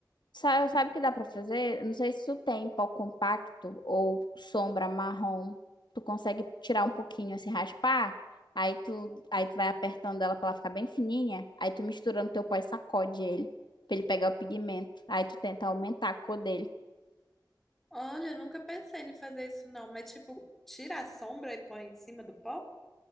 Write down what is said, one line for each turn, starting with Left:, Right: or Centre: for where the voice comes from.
Left: Sa- Sabe, o que dá pra fazer? Não sei se tu tem pó compacto ou sombra marrom. Tu consegue tirar um pouquinho, assim, raspar. Aí tu, aí tu vai apertando ela pra ela ficar bem fininha. Aí tu mistura no teu pó e sacode ele, pra ele pegar o pigmento. Aí tu tenta aumentar a cor dele.
Centre: Olha, eu nunca pensei em fazer isso não, mas tipo, tira a sombra e põe em cima do pó?